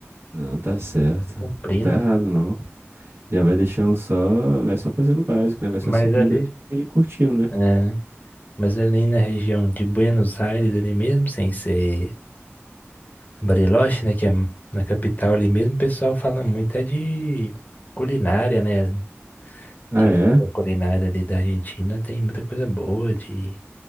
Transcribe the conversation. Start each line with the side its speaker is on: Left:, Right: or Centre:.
Right: Não, tá certo.
Left: cumprindo.
Right: Tá errado, não. Já vai deixando só, vai só fazendo o básico, né? Vai só
Left: Mas
Right: seguindo
Left: ali,
Right: ali e curtindo, né?
Left: é, mas ali na região de Buenos Aires, ali mesmo, sem ser Bariloche, né, que é na capital ali mesmo, o pessoal fala muito é de culinária, né?
Right: Ah,
Left: Que
Right: é?
Left: a culinária ali da Argentina tem muita coisa boa, de